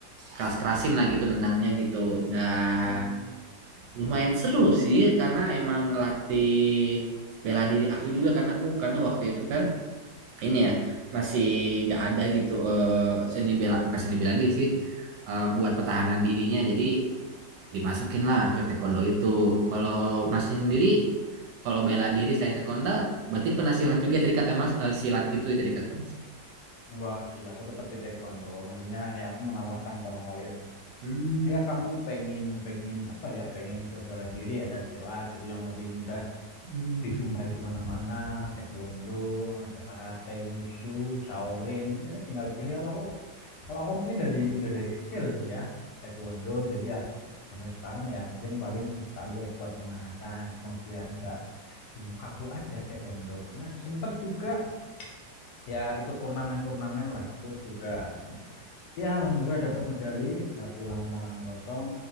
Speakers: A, on the right; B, on the left.
A: keras-kerasin lah gitu nendangnya gitu nah
B: Oh,
A: lumayan seru sih karena emang ngelatih bela diri aku juga karena aku karena waktu itu kan ini ya masih gak ada gitu eh, seni bela bukan seni bela diri sih eh, buat pertahanan dirinya jadi dimasukin lah ke taekwondo itu kalau masih sendiri kalau bela diri selain taekwondo berarti pernah silat juga tadi kata mas eh, silat gitu ya tadi kata mas
B: enggak sih, aku tetap di taekwondo. Maksudnya ya aku menawarkan barangkali.
A: hmm.
B: Ya kamu pengen pengen apa ya? Pengen ke bela diri ada silat itu yang lebih mudah
A: hmm,
B: dijumpai di mana-mana. Taekwondo, ada karate, wushu, Shaolin. Ya tinggal pilih. Kalau aku Kalau aku mungkin dari udah dari kecil sih ya taekwondo jadi ya sampai sekarang ya mungkin paling sesekali ya buat pemanasan cuma biar nggak tubuh kaku aja taekwondo karena sempet juga ya ikut turnamen-turnamen lah terus juga ya alhamdulillah dapat medali nggak pulang tangan kosong